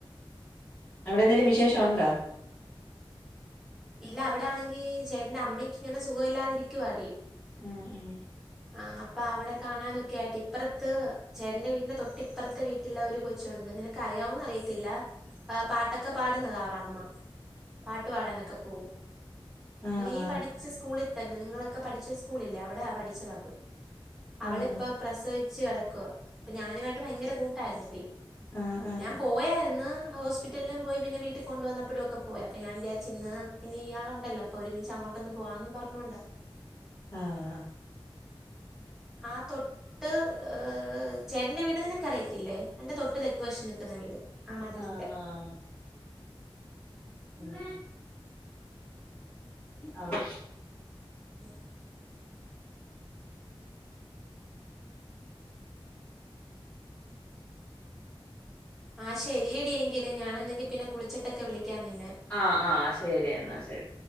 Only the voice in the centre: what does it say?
ഇല്ല അവടാണെങ്കി ചേട്ട്ന്റെ അമ്മയ്ക്ക് ഇങ്ങനെ സുഖവില്ലാതിരിക്കുവാടി.
ആ അപ്പ അവ്ടെ കാണാനൊക്കായിട്ട് ഇപ്പുറത്ത് ചേട്ടന്റെ വീട്ടിന്റെ തൊട്ടിപ്പറത്തെ വീട്ട് ട്ടില്ല ഒരു കൊച്ചുണ്ട് ന്നിനക്കറിയാവൊ ന്നറിയത്തില്ല ആ പാട്ടൊക്കെ പാടുന്നതാ അവറഅമ്മ. പാട്ടു പാടാനൊക്ക പോവും.
നീ പഠിച്ച സ്കൂളിൽ തന്നെ നിങ്ങളൊക്കെ പഠിച്ച സ്കൂളില്ലേ അവിടെ പഠിച്ചത
അവളിപ്പ പ്രസവിച്ച് കെടക്കുവ പ്പ ഞാനുവായിട്ട് ഭയങ്കര കൂട്ടായ്രുന്നെടി.
ഞാൻ പോയാര്ന്ന് ഹോസ് ഹോസ്പിറ്റലിലും പോയി പിന്നെ വീട്ടി കൊണ്ടുവന്നപ്പോഴുക്കെ പോയി. അപ്പോ ഞാൻ വിചാരിച്ചു ഇന്ന്, ഇന്നിയാൾ ഉണ്ടല്ലോ പ്പൊരുമിച്ച് അങ്ങോട്ടൊന്ന് പോവാന്നും പറഞ്ഞോണ്ടാ
ആ തൊ ട്ട് ഏ ചേട്ടന്റെ വീട് നിനക്കറിയത്തില്ലേ അയ്ന്റെ തൊട്ട് തെക്ക് വശം നിക്കുന്ന വീട്.. ആ മതിലിന്റെ
<inaudible> ആ ശരിയെടിയെങ്കില് ഞാനെന്തെങ്കി പിന്നെ കുളിച്ചിട്ടൊക്കെ വിളിക്കാ നിന്നേ